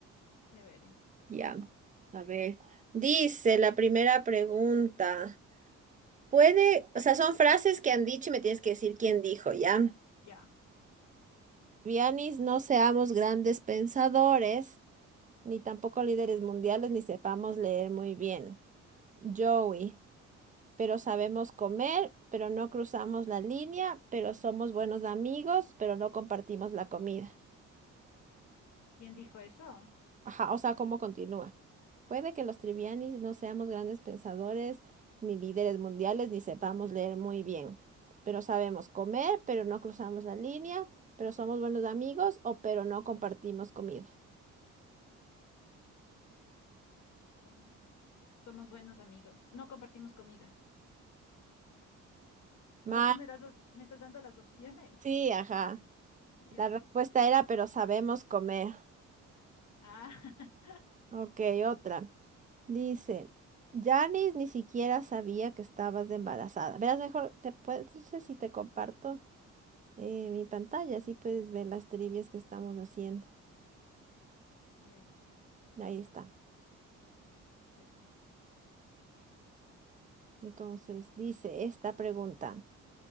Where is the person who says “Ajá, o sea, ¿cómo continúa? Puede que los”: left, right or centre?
Right